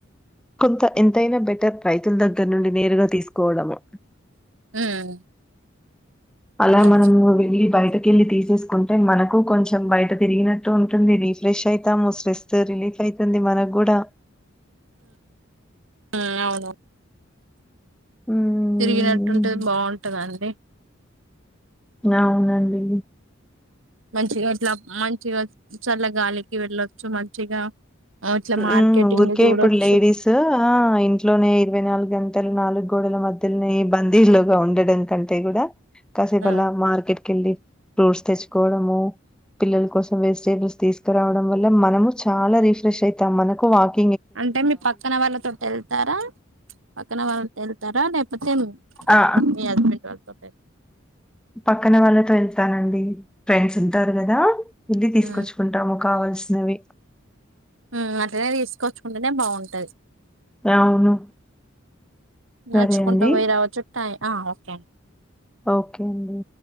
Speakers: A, in the centre; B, on the right.
A: కొంత ఎంతైనా బెటర్ రైతుల దగ్గర నుండి నేరుగా తీసుకోవడము
B: ఉమ్,
A: అలా
B: అవును
A: మనము వెళ్ళి బయటకెళ్ళి తీస్క్ తీసుకుంటే మనకు కొంచెం బయట తిరిగినట్టు ఉంటుంది. రిఫ్రెష్ ఐతాము స్ట్రెస్ రిలీఫ్ ఐతుంది. మన గుడా
B: ఆ అవును
A: మ్మ్
B: తిరిగినట్టుంటది బావుంటదండి.
A: ఔనండి
B: మంచిగా ఇట్లా మంచిగా చల్ల గాలికి వెళ్ళొచ్చు మంచిగా ఆ, ఇట్లా మార్కెటింగ్
A: ఉమ్ ఊర్కే
B: చూడొచ్చు
A: ఇప్పుడ్ లేడీస్ ఆ ఇంట్లోనే ఇరవై నాలుగంటల్ నాలుగ్గోడల మధ్య మధ్యల్లే ఈ బందీల్లొగా ఉండడం కంటే కూడా కసేపలా
B: ఆ,
A: మార్కెట్ కెళ్ళి ఫ్రూట్స్ తెచ్చుకోవడము పిల్లల్కోసం వెజిటేబుల్స్ తీసుకురావడం వల్ల మనము చాలా రిఫ్రెష్ ఐతాం మనకు వాకీ
B: అంటే మీ పక్కన వాళ్ళతోటేళ్తారా పక్కన వాళ్తో ఎళ్తారా లేప్ అంతేం
A: ఆ!
B: మీ హస్బెండ్ వాళ్తోటెల్తా
A: పక్కన వాళ్ళతో ఎళ్తానండి ఫ్రెండ్స్ ఉంటారు కదా వెళ్ళి తీస్కోచ్చుకుంటము
B: ఉమ్,
A: కావల్సినవి
B: మ్ అట్టనే తీస్కోచ్చుకుంటనే బావుంటయి
A: అవును. సరే
B: నడ్చుకుంట
A: అండి.
B: పోయి రావొచ్చు టై ఆ ఆఫ్ తం
A: ఒకే అండి